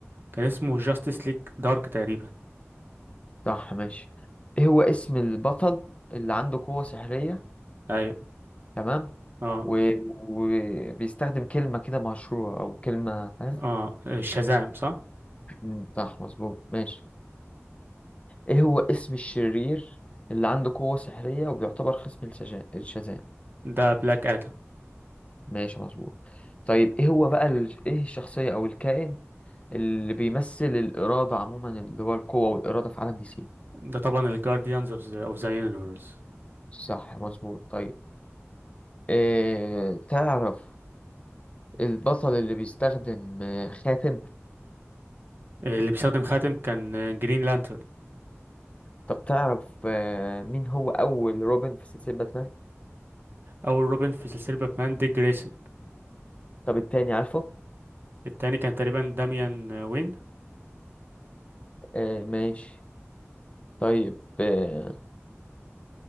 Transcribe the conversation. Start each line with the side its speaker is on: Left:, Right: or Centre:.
Right: كان اسمه جاستس ليج دارك تقريبا
Left: صح ماشي إيه هو اسم البطل اللي عنده قوة سحرية
Right: ايوه
Left: تمام
Right: اه
Left: و- وبيستخدم كلمة كده مشهورة أو كلمة فاهم
Right: اه شازام صح
Left: مم، صح مظبوط ماشي ايه هو اسم الشرير اللي عنده قوة سحرية وبيعتبر خصم الشجا- الشاذان
Right: ده بلاك ادم
Left: ماشي مظبوط طيب ايه هو بقى ال... ايه الشخصية او الكائن اللي بيمثل الإرادة عموما اللي هو القوة والإرادة في عالم دي سي
Right: ده طبعا الجارديانز اوف ذا يونيفرس
Left: صح مظبوط طيب إيه تعرف البطل اللي بيستخدم آه، خاتم
Right: اللي بيستخدم خاتم كان آه، جرين لانترن
Left: طب تعرف آه، مين هو أول روبن في سلسلة باتمان
Right: أول روبن في سلسلة باتمان ديك جريسون
Left: طب التاني عارفه
Right: التاني كان تقريبا داميان آه، وين
Left: آه، ماشي طيب آه،